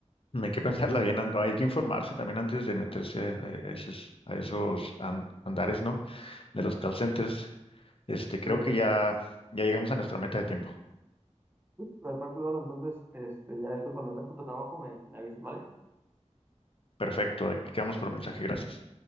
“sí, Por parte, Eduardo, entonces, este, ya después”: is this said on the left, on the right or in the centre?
Right